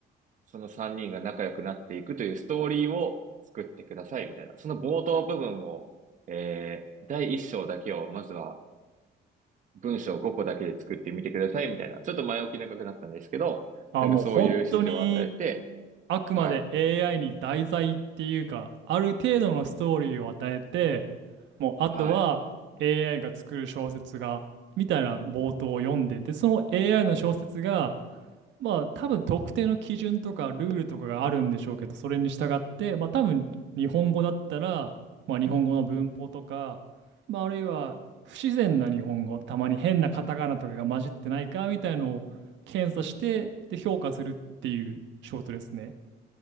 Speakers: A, on the right; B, on the right.
A: その3人が仲良くなっていくというストーリーを作ってください、みたいな。その冒頭部分を、えー第一章だけを、まずは文章5個だけで作ってみてください、みたいな。ちょっと前置き長くなったんですけど、
B: あ、
A: なんかそういう指示を与えて、
B: もう本当に、あくまで
A: はい、
B: AI に題材っていうか、ある程度のストーリーを与えて、もうあとは
A: はい、
B: AI が作る小説が、みたいな冒頭を読んで、で、その AI の小説が、まあ多分特定の基準とかルールとかがあるんでしょうけど、それに従って、まあ多分日本語だったら、まあ日本語の文法とか、まああるいは不自然な日本語、たまに変なカタカナとかが混じってないかみたいのを検査して、で評価するっていう仕事ですね。